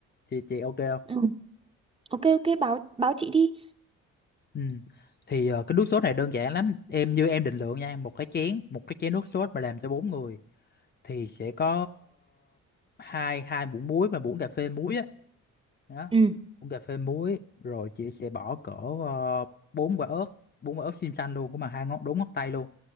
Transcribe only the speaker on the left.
chị chị ok không
ừ. thì ờ, cái nước sốt này đơn giản lắm em như em định lượng nha một cái chén một cái chén nước sốt mà làm cho bốn người thì sẽ có ờ, hai hai muỗng muối mà muỗng cà phê muối á đó
muỗng cà phê muối rồi chị sẽ bỏ cỡ ờ, bốn quả ớt bốn quả ớt xiêm xanh luôn cũng mà hai ngón đúng ngón tay luôn